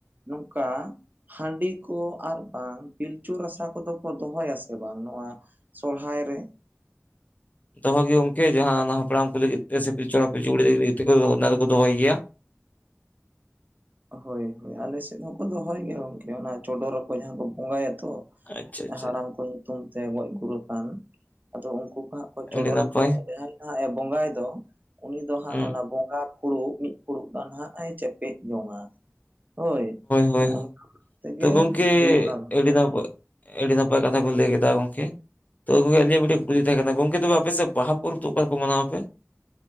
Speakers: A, on the right (about 35°); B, on the left (about 30°).
A: ᱱᱚᱝᱠᱟ ᱦᱟᱹᱰᱤ ᱠᱚ ᱟᱨ ᱵᱟᱝ ᱯᱤᱞᱪᱩ ᱨᱟᱥᱟ ᱠᱚᱫᱚ ᱠᱚ ᱫᱚᱦᱚᱭᱟ ᱥᱮ ᱵᱟᱝ ᱱᱚᱣᱟ ᱥᱚᱨᱚᱦᱟᱭ ᱨᱮ?
B: ᱫᱚᱦᱚ ᱜᱮ ᱜᱚᱝᱠᱮ ᱡᱟᱦᱟᱸ ᱦᱟᱯᱲᱟᱢ ᱠᱚ ᱞᱟᱹᱜᱤᱫ ᱛᱮ ᱥᱮ ᱯᱤᱞᱪᱩᱦᱟᱲᱟᱢ ᱯᱤᱞᱪᱩᱵᱩᱲᱦᱤ ᱛᱟᱠᱤᱱ ᱞᱟᱹᱜᱤᱫ ᱛᱮ ᱚᱱᱟ ᱫᱚᱠᱚ ᱫᱚᱦᱚᱭ ᱜᱮᱭᱟ ᱾
A: ᱦᱳᱭ ᱦᱳᱭ ᱟᱞᱮ ᱥᱮᱫ ᱦᱚᱸᱠᱚ ᱫᱚᱦᱚᱭ ᱜᱮᱭᱟ ᱜᱚᱝᱠᱮ ᱚᱱᱟ ᱪᱚᱰᱚᱨ ᱟᱠᱚ ᱡᱟᱦᱟᱸ ᱠᱚ ᱵᱚᱸᱜᱟᱭᱟ ᱛᱚ ᱾
B: ᱟᱪᱪᱷᱟ ᱟᱪᱪᱷᱟ
A: ᱦᱟᱲᱟᱢ ᱠᱚ ᱧᱩᱛᱩᱢᱛᱮ ᱜᱚᱡ ᱜᱩᱨ ᱟᱠᱟᱱ ᱟᱫᱚ ᱩᱱᱠᱩ ᱠᱚ ᱦᱟᱸᱜ ᱪᱚᱰᱚᱨ
B: ᱟᱹᱰᱤ ᱱᱟᱯᱟᱭ
A: ᱟᱠᱚ ᱡᱟᱦᱟᱸᱭ ᱦᱟᱸᱜ ᱮ ᱵᱚᱸᱜᱟᱭ ᱫᱚ ᱩᱱᱤ ᱫᱚ ᱦᱟᱸᱜ
B: ᱦᱩᱸ
A: ᱚᱱᱟ ᱵ ᱵᱟᱨ ᱯᱷᱩᱲᱩᱜ ᱢᱤᱫ ᱯᱷᱩᱲᱩᱜ ᱜᱟᱱ ᱦᱟᱸᱜ ᱮ ᱪᱮᱯᱮᱡ ᱡᱚᱝ-ᱟ ᱾ ᱦᱳᱭ
B: ᱦᱳᱭ
A: ᱱᱚᱝᱠᱟ
B: ᱦᱳᱭ,
A: ᱛᱮᱜᱮ
B: ᱛᱚ ᱜᱚᱝᱠᱮ
A: ᱦᱩᱭᱩᱜ-ᱟ ᱜᱚᱢᱠᱮ
B: ᱟᱹᱰᱤ ᱱᱟᱯᱟᱭ
A: ᱾
B: ᱟᱹᱰᱤ ᱱᱟᱯᱟᱭ ᱠᱟᱛᱷᱟ ᱵᱤᱱ ᱞᱟᱹᱭ ᱠᱮᱫᱟ ᱜᱚᱢᱠᱮ ᱾ ᱛᱚ ᱜᱚᱢᱠᱮ ᱟᱹᱞᱤᱧᱧᱟᱜ ᱢᱤᱫᱴᱮᱱ ᱠᱩᱞᱤ ᱛᱟᱦᱮᱸ ᱠᱟᱱᱟ ᱜᱚᱢᱠᱮ ᱛᱚᱵᱮ ᱟᱯᱮ ᱥᱮᱫ ᱵᱟᱦᱟ ᱯᱚᱨᱚᱵ ᱫᱚ ᱚᱠᱟ ᱨᱮᱠᱚ ᱢᱟᱱᱟᱣ ᱟᱯᱮ?